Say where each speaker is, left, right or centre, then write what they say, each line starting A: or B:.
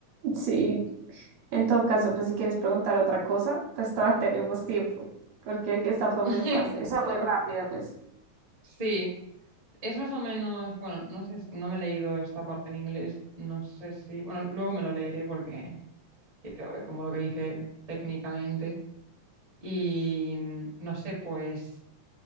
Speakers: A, on the right; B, on the right.
A: sí, en todo caso, pues si quieres preguntar otra cosa, pues todavía tenemos tiempo, porque esta fue
B: <laughs>
A: muy fácil, o sea, muy rápida, pues.
B: Sí, es más o menos, bueno, no sé, si- no me he leído esta parte en inglés, no sé si, bueno, luego me lo leeré porque quiero ver como lo que dice técnicamente y mm, no sé, pues